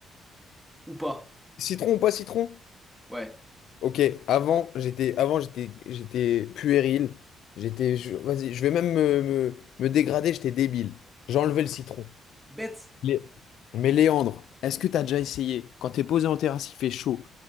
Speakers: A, in the centre; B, on the left.
A: ou pas?
B: Citron ou pas citron?
A: Ouais.
B: Ok, avant, j'étais avant j'étais j'étais puéril. J'étais je- vas-y, je vais même me, me, me dégrader, j'étais débile. J'enlevais le citron.
A: Bête,
B: Lé- Mais Léandre, est-ce que t'as déjà essayé? Quand t'es posé en terrasse, il fait chaud.